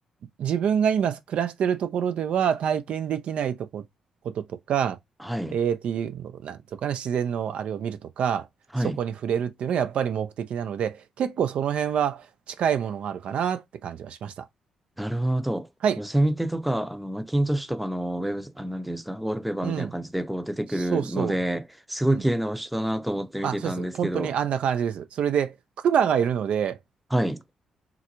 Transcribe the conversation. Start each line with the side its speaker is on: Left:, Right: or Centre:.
Right: 自分が今暮らしてるところでは体験できないとこ、こととか、
Centre: はい。
Right: えーっていうの、なんとかね、自然のあれを見るとか、
Centre: はい。
Right: そこに触れるっていうのがやっぱり目的なので、結構その辺は近いものがあるかなって感じはしました。
Centre: なるほど。
Right: はい。
Centre: ヨセミテとか、あの、マッキントッシュとかのウェブ、あ、なんていうんですか、ウォールペーパーみたいな感じでこう出てくるので、
Right: うん。そうそ
Centre: すごい綺麗な場所だなと思って見てたんですけど。
Right: う。うん。あ、そうです。本当にあんな感じです。それで、クマがいるので、
Centre: はい。